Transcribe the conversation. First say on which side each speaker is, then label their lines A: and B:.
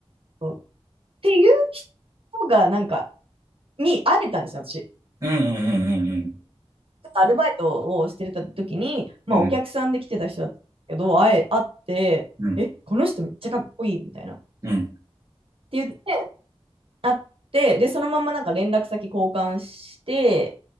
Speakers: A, on the right; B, on the right.
A: そうっていう人がなんか、に会えたんですよ、私。
B: うんうんうん
A: ちょっとアルバイトをしてた時に、まあ、
B: うんうん。
A: お客さんで来てた人だったけど、
B: うん
A: 会え、会って、
B: うん
A: え、この人めっちゃかっこいいみたいな。っ
B: うん。
A: て言って、会って、で、そのままなんか連絡先交換して、